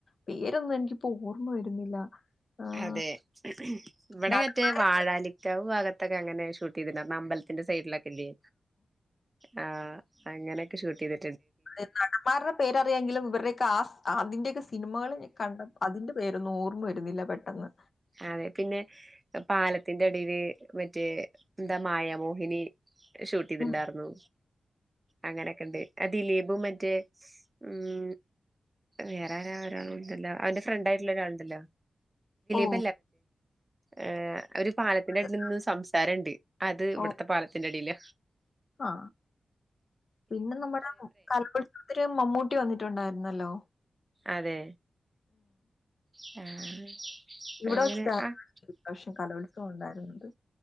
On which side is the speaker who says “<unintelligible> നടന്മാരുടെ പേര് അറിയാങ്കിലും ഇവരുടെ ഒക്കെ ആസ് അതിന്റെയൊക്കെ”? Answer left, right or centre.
Left